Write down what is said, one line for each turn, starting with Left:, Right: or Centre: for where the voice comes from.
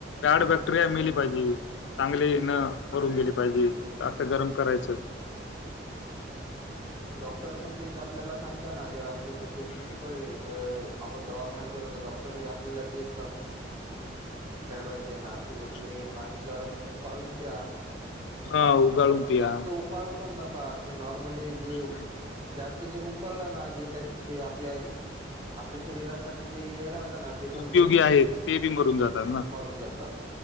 Left: बॅड फॅक्टरी मेली पाहिजे चांगले
Right: हम्म
Left: न करून गेले पाहिजे आता गरम करायचं
Right: डॉक्टर पण तेच आपल्याला सांगतना जर आपली तब्येत
Left: हम्म
Right: बिघडली तर आपण दवाखान्यात गेलो तर डॉक्टर आपल्याला ते ऍडवाइस देणार क ब
Left: हम्म
Right: तुम्ही पाणी गरम उकाळून प्या नॉर्मल
Left: हा उगाळून पिया
Right: जास्त उकाळून नॉर्मली जेत
Left: हम्म.
Right: जे उकळलं ना जे जे आपल्या आपल्या शरीरासाठी जे राह ते पण
Left: उपयोगी
Right: ते
Left: आहेत ते बी मरून जातात ना
Right: मारून जातात